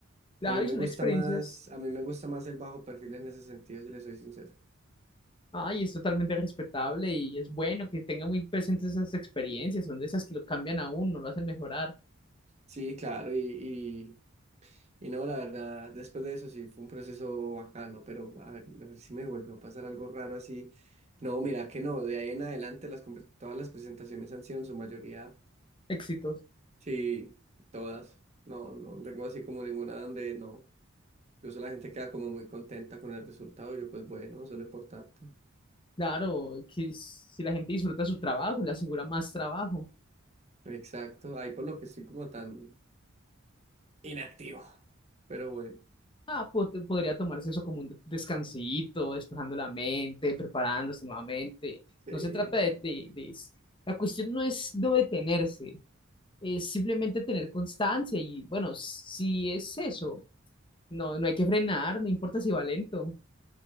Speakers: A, on the left (about 25°); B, on the right (about 30°).
A: Claro,
B: A mí me
A: y son
B: gusta
A: experiencias.
B: más, a mí me gusta más el bajo perfil en ese sentido, si le soy sincero.
A: Ah, y es totalmente respetable y es bueno que tenga muy presentes esas experiencias. Son de esas que lo cambian a uno, lo hacen mejorar.
B: Sí, claro, y, Y no, la verdad, después de eso sí fue un proceso bacano, pero a ver, a ver si me volvió a pasar algo raro así. No, mira que no, de ahí en adelante las, conver- todas las presentaciones han sido en su mayoría,
A: Éxitos.
B: sí, todas. No, no tengo así como ninguna donde no. Incluso la gente queda como muy contenta con el resultado y yo pues bueno, eso es lo importante.
A: Claro, que s- si la gente disfruta su trabajo, le asegura más trabajo.
B: Exacto, ahí por lo que estoy como tan inactivo, pero bueno,
A: Ah, po- podría tomarse eso como un descansito, despejando la mente, preparándose nuevamente.
B: sí,
A: No se trata de, de- de s- La cuestión no es no detenerse, es simplemente tener constancia y bueno, si es eso, no, no hay que frenar, no importa si va lento.